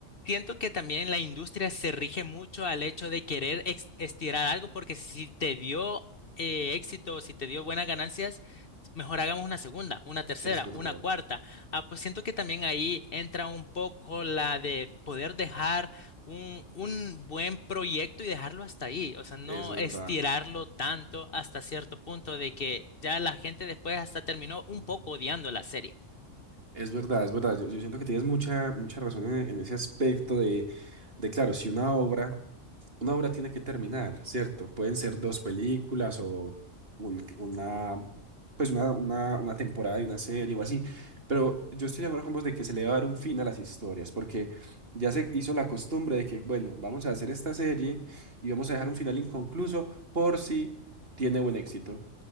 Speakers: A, on the left; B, on the right.
A: siento que también la industria se rige mucho al hecho de querer ex- estirar algo porque si te dio eh, éxito, si te dio buenas ganancias Mejor hagamos una segunda, una tercera,
B: es verdad,
A: una cuarta. Ah, pues siento que también ahí entra un poco la de poder dejar un, un buen proyecto y dejarlo hasta ahí. O sea, no
B: es verdad.
A: estirarlo tanto hasta cierto punto de que ya la gente después hasta terminó un
B: Ujú.
A: poco odiando la serie.
B: Es verdad, es verdad. Yo, yo siento que tienes mucha, mucha razón en, en ese aspecto de, de, claro, si una obra una obra tiene que terminar, ¿cierto? Pueden ser dos películas o un- una, pues una, una, una temporada de una serie o así, pero yo estoy de acuerdo con vos de que se le va a dar un fin a las historias, porque ya se hizo la costumbre de que, bueno, vamos a hacer esta serie y vamos a dejar un final inconcluso por si tiene buen éxito.